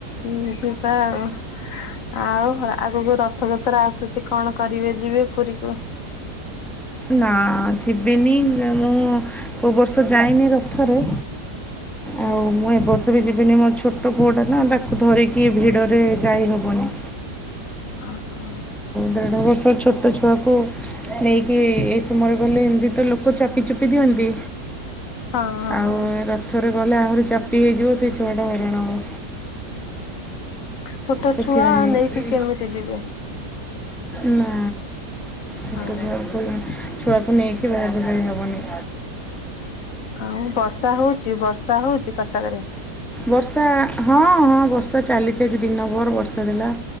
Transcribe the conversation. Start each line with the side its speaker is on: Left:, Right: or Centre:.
Left: ହୁଁ ଯିବା ଆଉ। ଆଉ ଆଗକୁ ରଥଯାତ୍ରା ଆସୁଛି କଣ କରିବେ ଯିବେ ପୁରୀକୁ?
Centre: ନା ଯିବିନି ମୁଁ କେଉଁ ବର୍ଷ ଯାଇନି ରଥରେ। ଆଉ ମୁଁ ଏବର୍ଷ ବି ଯିବିନି ମୋ ଛୋଟ ପୁଅଟା ନା ତାକୁ ଧରିକି ଭିଡ଼ରେ ଯାଇ ହବନି।
Left: ଓହୋ।
Centre: ଦେଢ଼ ବର୍ଷ ଛୋଟ ଛୁଆକୁ ନେଇକି ଏଇ ସମୟରେ ଗଲେ ଏମିତି ତ ଲୋକ ଚାପି ଚୁପି ଦିଅନ୍ତି।
Left: ହଁ
Centre: ଆଉ
Left: ହଁ
Centre: ରଥରେ ଗଲେ ଆହୁରି ଚାପି ହେଇଯିବ ସେଇ ଛୁଆଟା ହଇରାଣ ହବ।
Left: ଛୋଟ
Centre: ସେଥିପାଇଁ
Left: ଛୁଆ ନେଇକି କେମିତି ଯିବେ।
Centre: ନା ଛୋଟ
Left: ହଁ
Centre: ଛୁଆ ଙ୍କୁ ନୁହଁ। ଛୁଆକୁ ନେଇକି ବାହାରକୁ ଯାଇହବନି।
Left: ଆଉ ବର୍ଷା ହଉଛି, ବର୍ଷା ହଉଛି କଟକରେ?
Centre: ବର୍ଷା ହଁ ହଁ ବର୍ଷା ଚାଲିଛି ଆଜି ଦିନଭର ବର୍ଷା ଥିଲା।